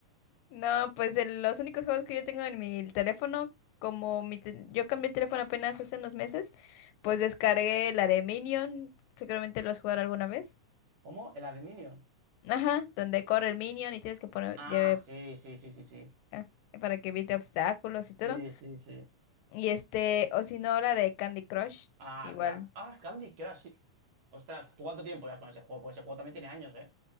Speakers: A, on the left; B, on the right.
A: No, pues el- los únicos juegos que yo tengo en mi teléfono, como mi te- yo cambié el teléfono apenas hace unos meses, pues descargué la de Minion. Seguramente lo has jugado alguna vez.
B: ¿Cómo? ¿El Adminion?
A: Ajá, donde corre el minion y tienes que poner,
B: Ah,
A: lleve,
B: sí, sí, sí, sí, sí.
A: ah, para que evite obstáculos y todo.
B: Sí, sí, sí.
A: Y este, o si no, la de Candy Crush,
B: Ah,
A: igual.
B: claro. Ah, Candy Crush, sí. Ostras, ¿tú cuánto tiempo llevas con ese juego? Porque ese juego también tiene años, ¿eh?